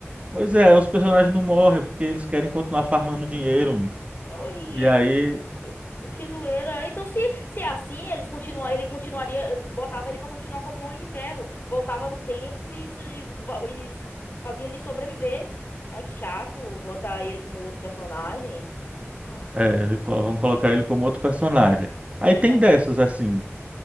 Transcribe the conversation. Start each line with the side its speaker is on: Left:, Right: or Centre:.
Right: Pois é, os personagens não morrem porque eles querem continuar farmando dinheiro,
Left: oxi.
Right: e aí
Left: Que, que zoeira. Então, se, se é assim, eles continua, ele continuaria, botava ele pra continuar como um Homem de Ferro. Voltava no tempo e, su- e, ba- e su- fazia ele sobreviver. Ai, que chato botar ele como outro personagem. Ah,
Right: é, co- vão colocar ele como outro personagem. Aí
Left: deixa
Right: tem dessas,
Left: quieto.
Right: assim,